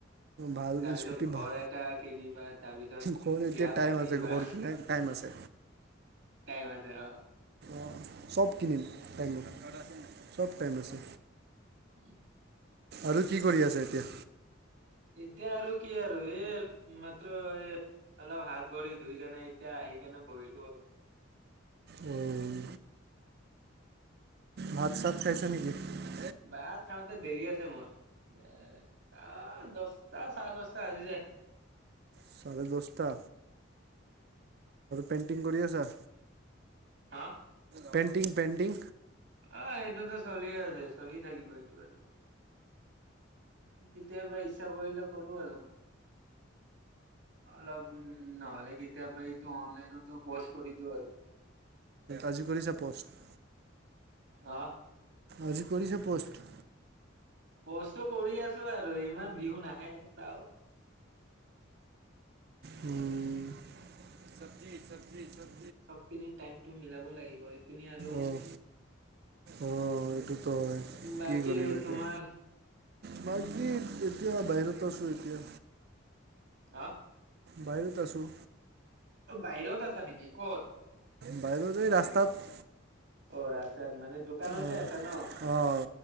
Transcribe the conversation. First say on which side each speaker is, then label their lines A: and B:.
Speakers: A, on the right; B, on the right.
A: ভাল
B: তাৰপিছত
A: স্কুটি
B: ঘৰ
A: ভাল
B: এটা কিনিবা তাৰপিছত
A: ঘৰ এতিয়া
B: বিয়া
A: টাইম
B: পাতিবা
A: আছে ঘৰ কিনাৰ টাইম আছে
B: তাই ম এয়া
A: অঁ চব কিনিম টাইম চব টাইম আছে
B: উ
A: আৰু কি কৰি আছে এতিয়া।
B: এতিয়া আৰু কি আৰু এই মাত্ৰ এই অলপ হাত ভৰি ধুই কেনে এতিয়া আহি কেনে বহিলো আৰু
A: অ <inaudible> ভাত চাত খাইছা নেকি? উ <inaudible>
B: বাত চাওঁতে দেৰি আছে মোৰ এ ত দচটা চাৰে দচটা বাজি যাই
A: চাৰে দচটা পেইণ্টিং কৰি আছা।
B: হা
A: পেণ্টিং পেণ্টিং
B: অ এইটোতো চলিয়ে আছে। চলি থাকিব এইটো আৰু কেতিয়াবা ইচ্ছা কৰিলে কৰো আৰু অলপ উ উ নহ'লে কেতিয়াবা এইটো অনলাইনতো পোষ্ট কৰি দিওঁ আৰু
A: আজি কৰিছো প'ষ্ট।
B: আহ
A: আজি কৰিছে প'ষ্ট।
B: কষ্টটো কৰি আছো আৰু ইমান ভিউ নাহে তাও
A: উম চবজি চবজি
B: চব পিনি টাইমটো মিলাব লাগিব এইপিনি আৰু
A: অঁ অঁ এইটোতো হয়
B: বাকী
A: কি কৰিবা এতিয়া
B: তোমাৰ
A: বাকী এতিয়া বাহিৰত আছো এতিয়া।
B: হা
A: বাহিৰত আছোঁ
B: বাহিৰত আছা নিকি ক'ত
A: বাহিৰতে ৰাস্তাত
B: অ ৰাস্তাত মানে দোকানতে
A: অঁ
B: আছা ন
A: অঁ